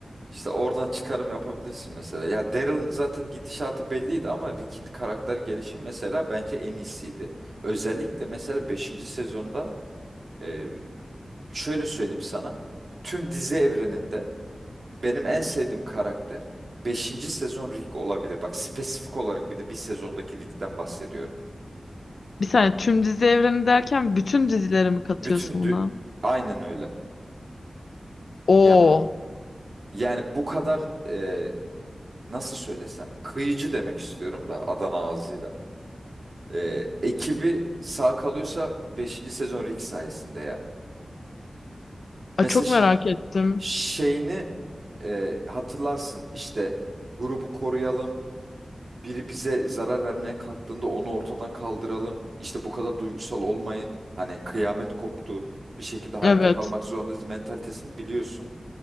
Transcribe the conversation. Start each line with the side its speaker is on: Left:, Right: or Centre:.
Right: işte oradan çıkarım yapabilirsin mesela. Ya Daryl'ın zaten gidişatı belliydi ama Rick'in karakter gelişimi mesela bence en iyisiydi. Özellikle mesela beşinci sezonda e, şöyle söyleyeyim sana. Tüm dizi evreninde Benim en sevdiğim karakter beşinci sezon Rick olabilir. Bak spesifik olarak bir de bir sezondaki Rick'ten bahsediyorum.
Left: Bir saniye tüm dizi evreni derken bütün dizileri mi katıyorsun
Right: Bütün dü-
Left: buna?
Right: aynen öyle.
Left: Oo.
Right: Ya yani bu kadar e, nasıl söylesem kıyıcı demek istiyorum da Adana ağzıyla. E, ekibi sağ kalıyorsa beşinci sezon Rick sayesinde ya. Mesela
Left: Ay, çok
Right: ş-
Left: merak ettim.
Right: şeyini e, hatırlarsın işte grubu koruyalım biri bize zarar vermeye kalktığında onu ortadan kaldıralım. İşte bu kadar duygusal olmayın. Hani kıyamet koptu. Bir şekilde hayatta
Left: Evet.
Right: kalmak zorundayız mentalitesini biliyorsun.